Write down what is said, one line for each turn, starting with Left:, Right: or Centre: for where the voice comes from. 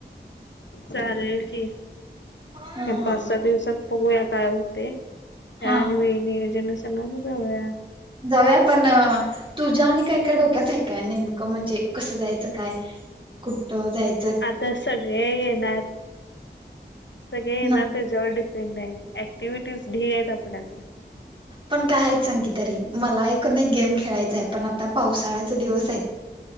Left: चालेल की
Right: ह
Left: पाच सहा दिवसात बघूया काय होते त्या
Right: हा
Left: आणि वेणे जन सनावून जाऊया.
Right: जाऊया पण तुझ्या आणि काय काय डोक्यात आहे काय नेमकं म्हणजे कसं जायचं काय. कुठ्टठ जायत.
Left: आता सगळे येणार सगळे येणार
Right: ना
Left: त्या त्यावर डिपेंड आहे क्टिव्हटीज ढी आहेत आपल्याकडे.
Right: पण काय आहेत सांग की तरी मला एकण एक गेम खेळायचा आहे पण आता पावसाळ्याचा दिवस आहे.